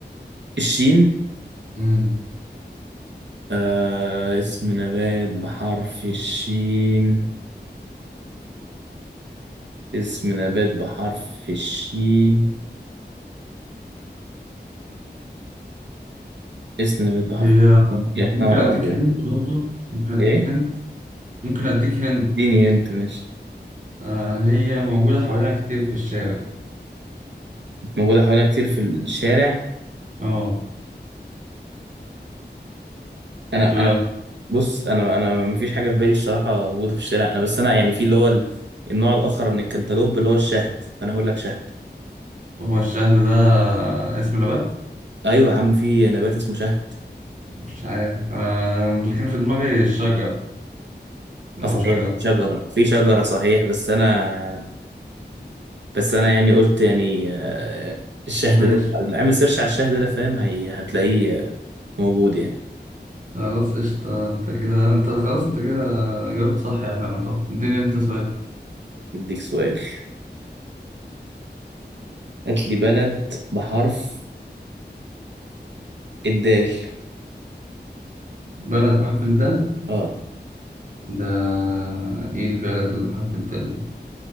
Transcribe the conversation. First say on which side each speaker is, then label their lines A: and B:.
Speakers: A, on the right; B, on the right.
A: الشين
B: امم
A: آه اسم نبات بحرف الشين اسم نبات بحرف الشين اسم نبات بحرف
B: هي
A: الشين يا
B: ممكن
A: نهار
B: اديك
A: ابيض
B: هنت برضه ممكن اديك
A: ايه
B: هنت ممكن اديك هنت
A: اديني انت ماشي
B: آه هي موجودة حوالينا كتير في الشارع
A: موجوده حوالينا كتير في الشارع
B: اه
A: انا
B: ب...
A: انا بص انا انا مفيش حاجه في بالي الصراحه موجوده في الشارع انا بس انا يعني في اللي هو ال- النوع الاخر من الكنتالوب اللي هو الشهد فانا هقول لك شهد
B: هو الشهد ده اسم نبات
A: ايوه يا عم في نبات اسمه شهد
B: مش عارف انا أنا اللي كان في دماغي الشجر
A: اه
B: او
A: صحيح
B: شجر
A: في شجره في شجره صحيح بس انا بس انا يعني قلت يعني آه، الشهد
B: ماشي
A: ده اعمل سيرش على الشهد ده فاهم هي... هتلاقيه موجود يعني
B: خلاص قشطة انت كده انت خلاص انت كده جاوبت صح يعني طب اديني انت سؤال
A: اديك سؤال هات لي بلد بحرف الدال
B: بلد بحرف الدال
A: اه
B: ده ايه البلد اللي بحرف الدال دي